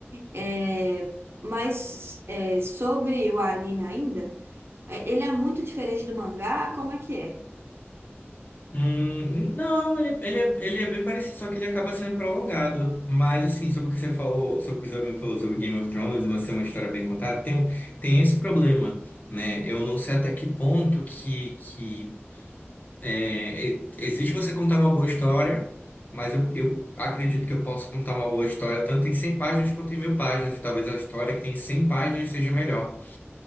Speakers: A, on the right; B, on the left.
A: É, mas é, sobre o anime ainda, é, ele é muito diferente do mangá, como é que é?
B: Hum, não, ele, é, ele, é- ele é bem parecido, só que ele acaba sendo prolongado. Mas, assim, sobre o que você falou, sobre o que o seu amigo falou sobre Game of Thrones, uma ser uma história bem contada, tem, um- tem esse problema, né? Eu não sei até que ponto que, que é, e- existe você contar uma boa história, mas eu, eu acredito que eu posso contar uma boa história tanto em 100 páginas quanto em mil páginas, e talvez a história que tem 100 páginas seja melhor.